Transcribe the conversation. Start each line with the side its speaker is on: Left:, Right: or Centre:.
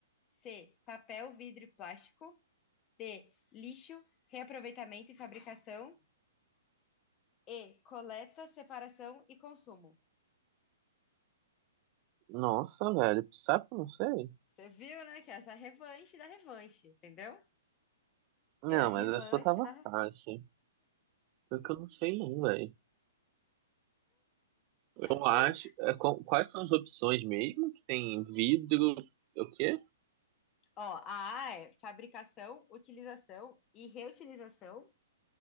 Left: C. Papel, vidro e plástico. D. Lixo, reaproveitamento e fabricação. E. Coleta, separação e consumo.
Right: Nossa, velho. Sabe que eu não sei?
Left: Você viu, né? Que essa é a revanche da revanche, entendeu?
Right: Não,
Left: É a revanche
Right: mas a sua tava
Left: da.
Right: fácil. Só que eu não sei não, velho. Eu
Left: Ué,
Right: acho... é, qu- quais são as opções mesmo? Que tem vidro... O quê?
Left: Ó, a A é fabricação, utilização e reutilização.